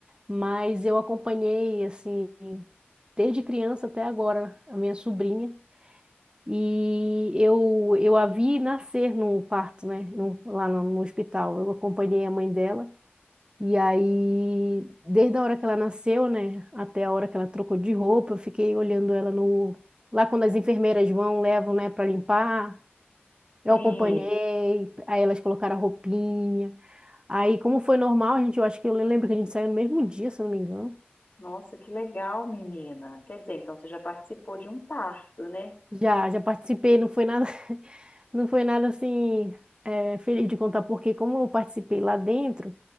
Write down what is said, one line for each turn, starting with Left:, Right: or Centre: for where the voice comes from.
Right: mas eu acompanhei, assim, desde criança até agora, a minha sobrinha. E eu, eu a vi nascer no parto, né? No- lá no, no hospital. Eu acompanhei a mãe dela. E aí, desde a hora que ela nasceu, né? Até a hora que ela trocou de roupa, eu fiquei olhando ela no. Lá quando as enfermeiras vão, levam, né, para limpar. Eu
Left: Sim.
Right: acompanhei, aí elas colocaram a roupinha. Aí, como foi normal, a gente, eu acho que eu lembro que a gente saiu no mesmo dia, se eu não me engano.
Left: Nossa, que legal, menina. Quer dizer, então você já participou de um parto, né?
Right: Já, já participei, não foi nada, <laughs> não foi nada assim, é, feliz de contar, porque como eu participei lá dentro,